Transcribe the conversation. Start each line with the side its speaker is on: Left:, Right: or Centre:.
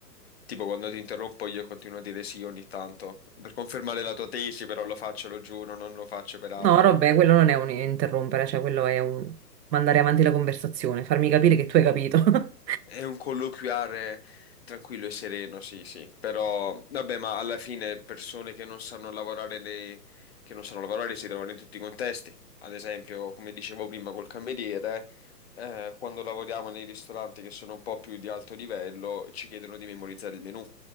Left: Tipo quando ti interrompo io continuo a dire sì ogni tanto, per confermare la tua tesi, però lo faccio, lo giuro, non lo faccio per altro.
Right: No, vabbè, quello non è un interrompere, cioè quello è un mandare avanti la conversazione, farmi capire che tu hai capito. <laughs>
Left: È un colloquiare tranquillo e sereno, sì, sì. Però, vabbè, ma alla fine persone che non sanno lavorare, nei- che non sanno lavorare si trovano in tutti i contesti. Ad esempio, come dicevo prima col cameriere, eh, quando lavoriamo nei ristoranti che sono un po' più di alto livello, ci chiedono di memorizzare il menù.